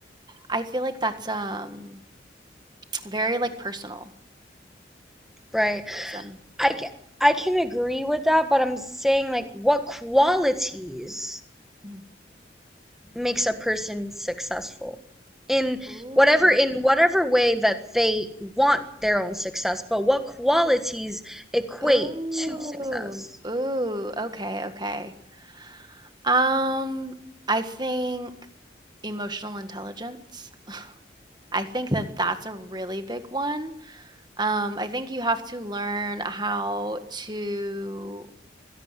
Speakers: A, on the right; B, in the centre.
A: I feel like that's um very like personal
B: right.
A: person.
B: I ca- I can agree with that, but I'm saying like what qualities
A: Mhm.
B: makes a person successful in
A: Ooh.
B: whatever in whatever way that they want their own success, but what qualities equate
A: Ooh.
B: to success?
A: Ooh. Okay, okay. Um, I think emotional intelligence. I think that that's a really big one. Um, I think you have to learn how to.